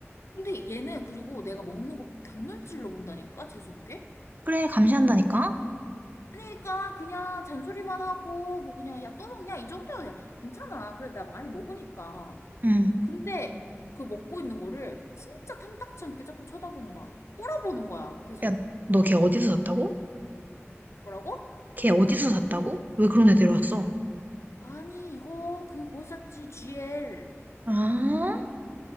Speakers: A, on the left; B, on the right.
A: 근데 얘는 그리고 내가 먹는 걸 곁눈질로 본다니까 재수없게?
B: 그래, 감시한다니까?
A: 아니 그러니까 그냥 잔소리만 하고 뭐 그냥 야 또 먹냐 이 정도야 괜찮아 그래 나 많이 먹으니까
B: 응.
A: 근데 그 먹고 있는 거를 진짜 탐탁치 않게 자꾸 쳐다보는 거야 꼬라보는 거야 옆에서
B: 야, 너 걔 어디서 샀다고?
A: 뭐라고?
B: 걔 어디서 샀다고? 왜 그런 애들이 왔어?
A: 아니 이거 그 거기 샀지 GL
B: 아,